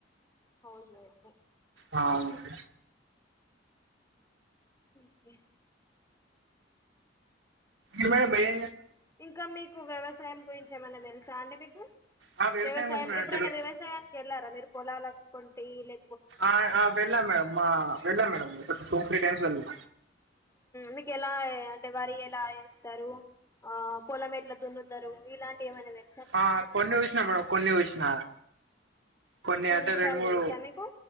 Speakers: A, on the left; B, on the right.
A: housewife
B: ఆ అవునండి
A: ఓకే
B: ఇ మేడ ఏ
A: ఇంకా మీకు వ్యవసాయం గురించి ఏమైన్నా తెలుసా అంటే మీకు
B: ఆ
A: వ్యవసాయం
B: గురించి మేడం
A: ఎప్పుడైనా
B: తెలు
A: వ్యవసాయానికి వెళ్ళారా మీరు పొలాలకు కొంటీ లే
B: ఆ వెళ్ళాం మేడమ్ వెళ్ళాం మేడం టు త్రీ టైమ్స్ వెల్ల
A: మీకు ఎలా అంటే వరి ఎలా వేస్తారు ఆ పొలం ఎట్లా దున్నుతారు ఇలాంటి ఏమన్నా తెల్సా
B: ఆ కొన్ని వుసిన మేడం కొన్ని వుసిన కొన్ని అంటే
A: విషయాలు
B: రెండు మూడు
A: తెలుసా మీకు